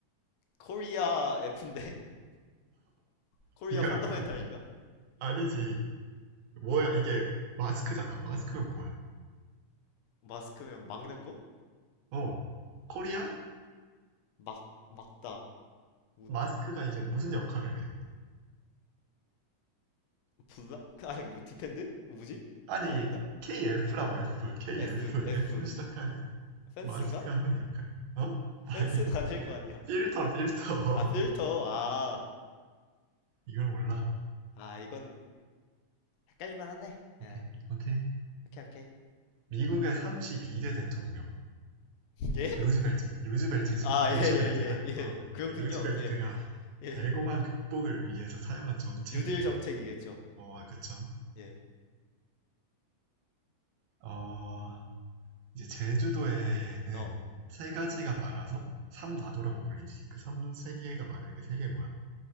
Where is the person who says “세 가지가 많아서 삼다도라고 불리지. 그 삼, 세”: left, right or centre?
Right